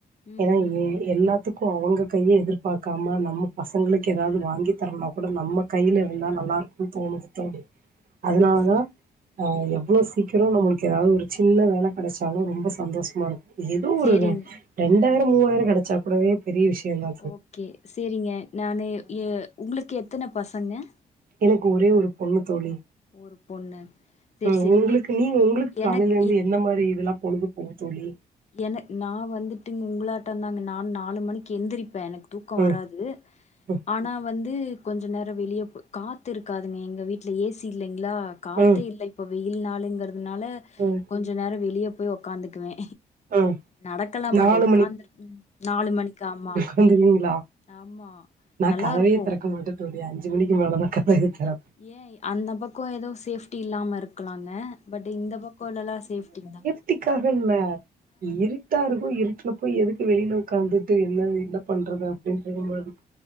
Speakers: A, on the left (about 45°); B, on the right (about 60°).
A: ம்
B: ஏனா
A: ம்
B: ஏ
A: ம்
B: எல்லாத் துக்கும் அவங்க கைய எதிர்பாக்காம நம்ம பசங்களுக்கு எதாவ்து வாங்கி தரனுனா கூட நம்ம கையில இருந்தா நல்லாயிருக்கு புத்தானு புத்தாண்டு அதனாலதா
A: ஓ
B: அ எவ்ளோ சீக்ரோ நம்மளுக்கு எதாவ்து ஒரு சின்ன வேல கெடச்சாலு ரொம்ப சந்தோஷமா இருக்கு எதோ
A: சேரிங்
B: ஒரு ரெண்டாயிரோ
A: ம்
B: மூவாயிரோ கெடச்சா கூடவே பெரிய விஷயந்தா
A: ஓகே சேரிங்க நானு எ உங்களுக்கு எத்தன பசங்க
B: எனக்கு ஒரே ஒரு பொண்ணு தோழி
A: ஒரு பொண்ணு சேரி
B: ம்
A: சேரிங்க
B: உங்களுக்கு நீ உங்களுக்கு காலைல
A: எனக்
B: இருந்து எந்த மாரி இதெல்லா பொழுது போகு தோழி
A: எனக் நா வந்துட்டு உங்களாட்டந்தாங்க நா நாலு மணிக்கு எந்திரிப்பே எனக்கு தூக்கோ
B: ம்
A: வராது
B: ம்
A: ஆனா வந்து கொஞ்ச நேரோ வெளிய போ காத்து இருக்காதுங்க எங்க வீட்ல ஏ சி இல்லைங்ளா காத்தே
B: ம்
A: இல்ல இப்ப வெயில் நாளுங்கிறதுனால
B: ம்
A: கொஞ்ச நேரோ வெளிய போய் உக்காந்துக்குவே
B: ம்
A: நடக்கல மாட்டே
B: நாலு
A: உக்காந்துரு நாலு மணிக்கு ஆமா
B: வந்துருவீங்ளா
A: ஆமா
B: நா
A: நல்லா
B: கதவையே
A: இருக்கு
B: திறக்க மாட்டே தோழி அஞ்சு மணிக்கு மேலதா கதவையே தெறப்பே
A: ஏ அந்த பக்கோ எதோ சேஃப்ட்டி இல்லாம இருக்கலாங்க பட் இந்த பக்கோ எல்லலா சேஃப்ட்டிங் தாங்
B: த்திக்காக இல்ல இரு ட்டா இருக்கு இருட்ல போய் எதுக்கு வெளில உக்காந்துட்டு என்ன என்ன பண்றது அப்டின் தெரிய மாட்டிக்